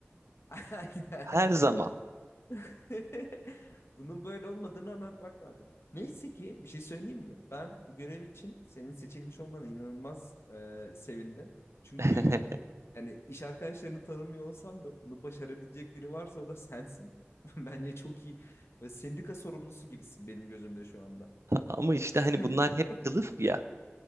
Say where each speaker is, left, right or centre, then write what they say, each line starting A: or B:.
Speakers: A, on the left; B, on the right.
A: Aynen.
B: Her zaman.
A: <laughs> Bunun böyle olmadığını anlatmak lazım. Neyse ki bir şey söyleyeyim mi? Ben bu görev için senin seçilmiş olmana inanılmaz e, sevindim. Çünkü
B: <laughs>
A: yani iş arkadaşlarını tanımıyor olsam da bunu başarabilecek biri varsa o da sensin. <laughs> Bence çok iyi. Ve sendika sorumlusu gibisin benim gözümde şu anda.
B: Ama işte
A: <laughs>
B: hani bunlar hep kılıf ya.